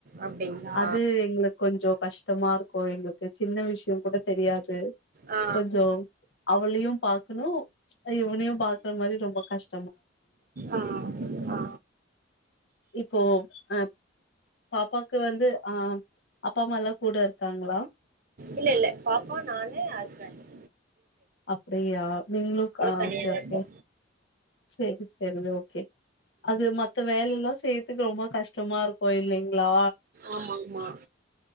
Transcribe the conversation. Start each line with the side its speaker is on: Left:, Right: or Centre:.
Right: அப்டிங்களா
Left: அது எங்களுக்கு கொஞ்ச கஷ்டமா இருக்கு எங்களுக்கு சின்ன விஷ்யங்கூட தெரியாது
Right: ஆ
Left: கொஞ்சோ அவளையு பாக்குணு இவனையு பாக்குற மாரி ரொம்ப கஷ்
Right: ஆ ஆ
Left: இப்போ ஆ பாப்பாக்கு வந்து ஆ அப்பா அம்மா எல்லா கூட இருக்காங்களா
Right: இல்ல இல்ல பாப்பா நானு ஹஸ்பண்டு
Left: அப்டியா நீங்ளு அ
Right: தனியாதா
Left: ஓகே ஓகே
Right: இருக்கோ
Left: செரி செரி து ஓகே அது மத்த வேலலா செய்யறதுக்கு ரொம்ப கஷ்டமா இருக்கு இல்லைங்ளா
Right: ஆமாங்மா